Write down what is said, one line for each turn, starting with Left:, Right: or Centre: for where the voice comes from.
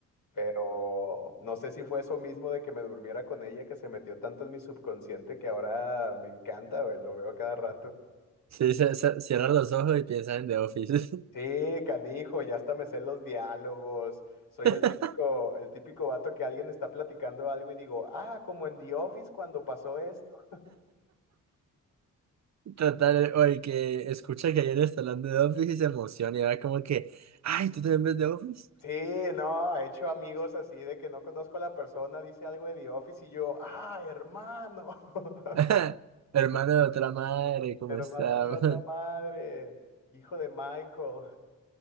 Left: pero no sé si fue eso mismo de que me durmiera con ella que se metió tanto en mi subconsciente que ahora me encanta, güey, lo veo a cada rato.
Right: <laughs> sí, se- se- cierra los ojos y piensa en The Office.
Left: Sí, canijo, ya hasta me sé los diálogos. Soy
Right: <laughs>
Left: el típico, el típico vato que alguien está platicando algo y digo, ah, como en The Office cuando pasó esto.
Right: Total, o el que escucha que alguien está hablando de The Office y se emociona y va como que, ay, ¿tú también ves The Office?
Left: Sí, no, he hecho amigos así de que no conozco a la persona, dice algo de The Office y yo, ah, hermano. <laughs>
Right: <laughs> Hermano de otra madre, ¿cómo
Left: Hermano
Right: está?
Left: de otra
Right: <laughs>
Left: madre, hijo de Michael.